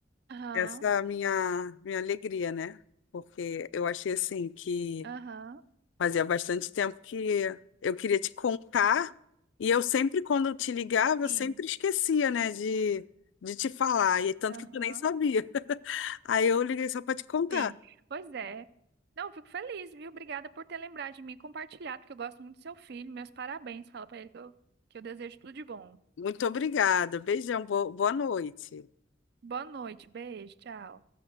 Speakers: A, on the right; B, on the left.
A: Aham,
B: essa minha, minha alegria, né? Porque eu achei, assim, que
A: aham,
B: fazia bastante tempo que eu queria te contar e eu sempre, quando eu te ligava, eu
A: Sim,
B: sempre esquecia, né, de, de te falar. E tanto
A: aham.
B: que tu nem sabia. <laughs> Aí eu liguei só para te contar.
A: Sim, pois é. Não, eu fico feliz, viu? Obrigada por ter lembrado de mim e compartilhado, porque eu gosto muito do seu filho. Meus parabéns. Fala pra ele que eu, que eu desejo tudo de bom.
B: Muito obrigada. Beijão. bo- Boa noite.
A: Boa noite, beijo, tchau.